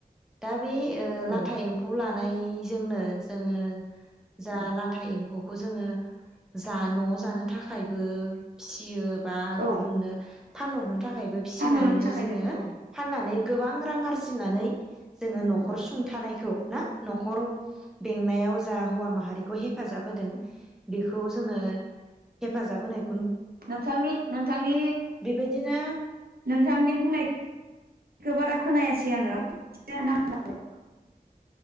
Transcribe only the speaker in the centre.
दा बे
लाथा एम्फौ ला थानायजोंनो जोङो जा
लाथा एमफ फौखौ जोंङो जा न'आव जानो थाखायबो फिसियो बा
गुबुननो फानहरनो था खायबो फिसिनानैनो
जोंङो
फाननानै गोबां रां आरजिनानै जोंङो न'खर
सुंथानायखौ ना न'खर बेंनायाव जा हौवा माहारिखौ हेफाजाब होदों बेखौ जोंङो हेफाजाब होनाय
बेबायदिनो